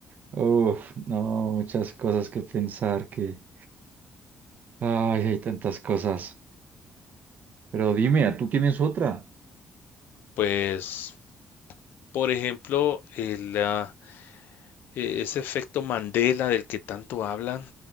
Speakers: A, on the right (about 60°); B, on the left (about 80°).
A: Uf, no, muchas cosas que pensar, que... Ay, hay tantas cosas. Pero dime, ¿tú tienes otra?
B: Pues, por ejemplo, el, ah, eh, ese efecto Mandela del que tanto hablan,